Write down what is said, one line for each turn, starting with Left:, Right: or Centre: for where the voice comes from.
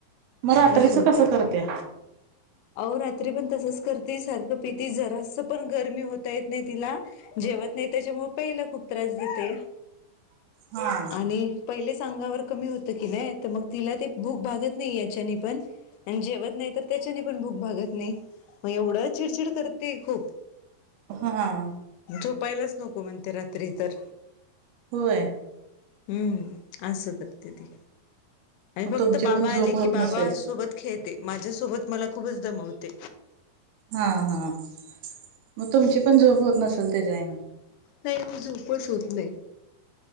Right: मग रात्रीचं
Left: अस होत
Right: कसं करत्या?
Left: आवरलं पण तच कर सारख प जरा पण गरमी होता येत नाही तिला जेवत नाही त्याच्या <inaudible> आणि
Right: हा.
Left: <inaudible> अंगावर कमी होत की नाही तर मग तिला ते भूक भागात नाही ह्याचे ने पण आणि जेवत नाही तर त्याच्याने पण भूक भागत नाही... मग एवढं चिडचिड करते खूप.
Right: हं.
Left: झोपाहिलाच नको म्हणते रात्री तर
Right: होय
Left: हम्म असं करते ती. आणि
Right: मग
Left: फक्त
Right: तुमची
Left: बाबा
Right: पण झोप
Left: आले
Right: होत
Left: की बाबा
Right: नसेल.
Left: सोबत खेळते. माझ्यासोबत मला खूपच दमवते.
Right: हा. हा. मग तुमची पण झोप होत नसेल त्याच्याईन.
Left: नाही हो, झोपच होत नाही.